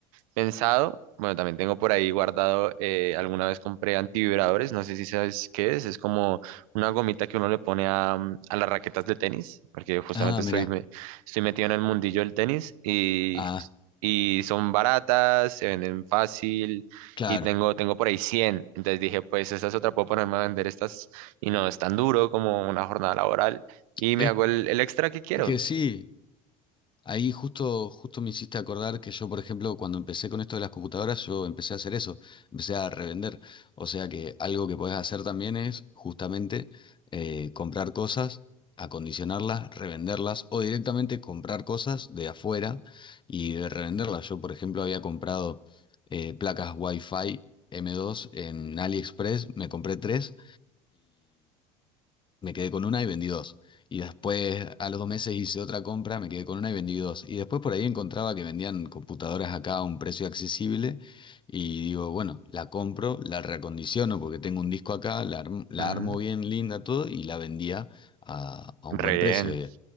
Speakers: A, on the right; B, on the left.
A: pensado, bueno, también tengo por ahí guardado, eh, alguna vez compré antivibradores, no sé si sabes qué es, es como una gomita que uno le pone a, mm, a las raquetas de tenis, porque justamente
B: Ah,
A: estoy,
B: mirá,
A: me- estoy metido en el mundillo del tenis y,
B: ah,
A: y son baratas, se venden fácil
B: claro.
A: y tengo, tengo por ahí cien entonces dije, pues esa es otra, puedo ponerme a vender estas y no es tan duro como una jornada laboral y me
B: Es
A: hago el, el extra que quiero.
B: que sí, Ahí justo, justo me hiciste acordar que yo, por ejemplo, cuando empecé con esto de las computadoras, yo empecé a hacer eso, empecé a revender. O sea que algo que podés hacer también es justamente eh, comprar cosas, acondicionarlas, revenderlas o directamente comprar cosas de afuera y revenderlas. Yo, por ejemplo, había comprado eh, placas Wi-Fi M2 en AliExpress, me compré tres me quedé con una y vendí dos. Y después a los dos meses hice otra compra, me quedé con una y vendí dos. Y después por ahí encontraba que vendían computadoras acá a un precio accesible y digo, bueno, la compro, la reacondiciono porque tengo un disco acá, la, arm- la
A: Mm,
B: armo bien linda, todo y la vendía a, a un
A: re
B: buen
A: bien.
B: precio. Y,